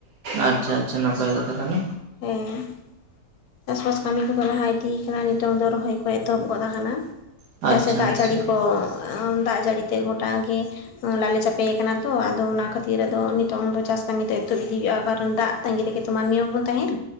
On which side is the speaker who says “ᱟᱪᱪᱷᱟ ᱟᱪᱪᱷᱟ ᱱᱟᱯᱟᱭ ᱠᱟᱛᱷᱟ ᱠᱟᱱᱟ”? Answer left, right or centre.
Right